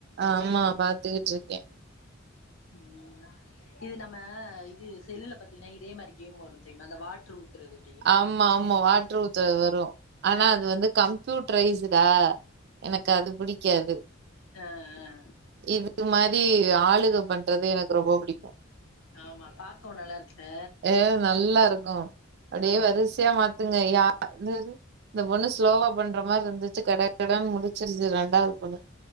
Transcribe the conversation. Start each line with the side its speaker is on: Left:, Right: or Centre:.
Right: ஆமா பாத்துகிட்டு இருக்கே
Left: ம் ஆ இது நம்ம இது செல்லுல பாத் தீனா இதே மாரி கேம் வரு தெரிமா அந்த வாட்ரு ஊத்துறது அப்டி
Right: ஆமா ஆமா வாட்ரு ஊத்துறது வரு ஆனா
Left: ஆ
Right: அது வந்து கம்ப்யூட் ரைஸ்டா எனக்கு அது பிடிக்காது
Left: அ அ அ
Right: இது மாரி ஆளுக பண்றது எனக்கு ரொம்ப பிடிக்கு
Left: ஆமா பாக்கவு நல்லாருக்குல
Right: அ நல்லா இருக்கோ அப்டியே
Left: ஆமா
Right: வரிசையா மாத்துங்க யார் இந்தரு இந்த பொண்ணு ஸ்லோவா பண்ற மாரி இருந்துச்சு கட கடனு முடிச்சிருச்சு ரெண்டாவது பொண்ணு